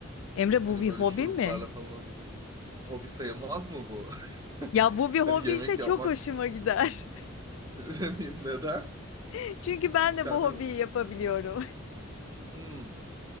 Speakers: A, on the left (about 70°); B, on the right (about 15°).
A: Emre
B: Hani
A: bu bir
B: böyle
A: hobi
B: şuruplarla
A: mi?
B: falan hazırlayıp. Hobi sayılmaz mı bu? <laughs>
A: Ya bu bir hobi
B: Hani yemek
A: ise
B: yapmak
A: çok hoşuma gider.
B: <laughs> neden?
A: <laughs> Çünkü ben
B: Sen
A: de bu hobiyi
B: de mi?
A: yapabiliyorum.
B: Hmm.